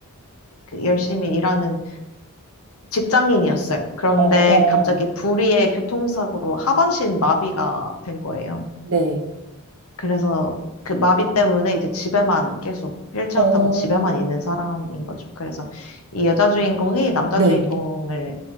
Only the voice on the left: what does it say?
그 열심히 일하는 직장인이었어요. 그런데
갑자기 불의의 교통사고로 하반신 마비가 된 거예요.
그래서 그 마비 때문에 이제 집에만 계속 휠체어
타고 집에만 있는 사람인 거죠. 그래서 이 여자 주인공이 남자
주인공을